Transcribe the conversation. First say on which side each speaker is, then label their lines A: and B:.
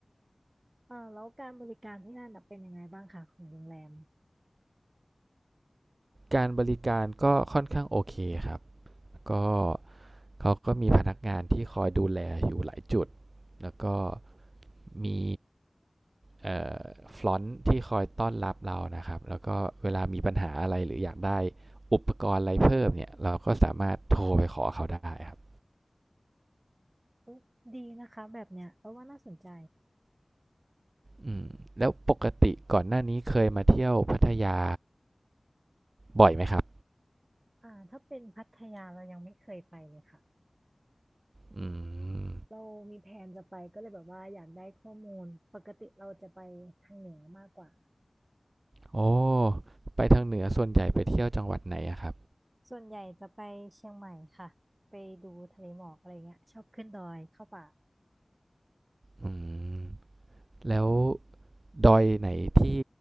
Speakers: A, on the right; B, on the right.
A: อ่าแล้วการบริการที่นั่นน่ะเป็นยังไงบ้างคะของโรงแรม
B: การบริการก็ค่อนข้างโอเคครับก็เขาก็มีพนักงานที่คอยดูแลอยู่หลายจุด แล้วก็มีเอ่อฟลอนต์ที่คอยต้อนรับเรานะครับแล้วก็เวลามีปัญหาอะไรหรืออยากได้อุปกรณ์อะไรเพิ่มเนี่ยเราก็สามารถโทรไปขอเขาได้ครับ
A: อุ๊ยดีนะคะแบบเนี้ยเราว่าน่าสนใจ
B: อืมแล้วปกติก่อนหน้านี้เคยมาเที่ยวพัทยาบ่อยไหมครับ
A: อ่าถ้าเป็นพัทยาเรายังไม่เคยไปเลยค่ะ
B: อืม
A: เรามีแผนจะไปก็เลยแบบว่าอยากได้ข้อมูลปกติเราจะไปทางเหนือมากกว่า
B: โอ้ไปทางเหนือส่วนใหญ่ไปเที่ยวจังหวัดไหนอะครับ
A: ส่วนใหญ่จะไปเชียงใหม่ค่ะไปดูทะเลหมอกอะไรเงี้ยชอบขึ้นดอยเข้าป่า
B: อืมแล้วดอยไหนที่